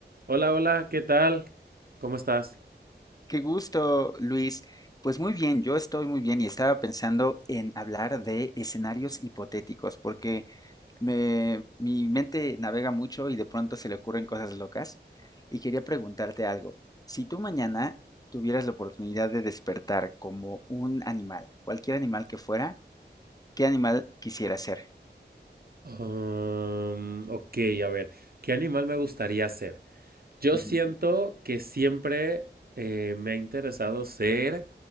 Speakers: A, on the right (about 55°); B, on the left (about 20°).
A: Hola, hola, ¿qué tal? ¿Cómo estás?
B: Qué gusto, Luis. Pues muy bien, yo estoy muy bien y estaba pensando en hablar de escenarios hipotéticos, porque me- mi mente navega mucho y de pronto se le ocurren cosas locas. Y quería preguntarte algo. Si tú mañana tuvieras la oportunidad de despertar como un animal, cualquier animal que fuera, ¿qué animal quisieras ser?
A: Um, ok, a ver, ¿qué animal me gustaría ser? Yo
B: Ujú.
A: siento que siempre eh, me ha interesado ser